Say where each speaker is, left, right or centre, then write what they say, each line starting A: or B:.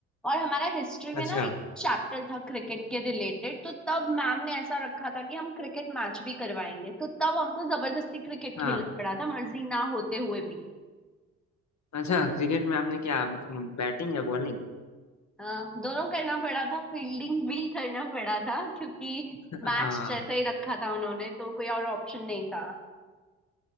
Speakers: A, in the centre; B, on the left.
A: और हमारा हिस्ट्री में
B: अच्छा
A: ना एक चैप्टर था क्रिकेट के रिलेटेड तो तब मैम ने ऐसा रखा था कि हम क्रिकेट मैच भी करवाएंगे तो तब हमको जबरदस्ती क्रिकेट
B: हाँ
A: खेलना पड़ा था मर्जी ना होते हुए भी
B: अच्छा क्रिकेट में आपने क्या बैटिंग या बॉलिंग
A: अ, दोनों करना पड़ा था फील्डिंग भी करना पड़ा था क्योंकि
B: <laughs>
A: मैच
B: हाँ
A: जैसा ही रखा था उन्होंने तो कोई और ऑप्शन नहीं था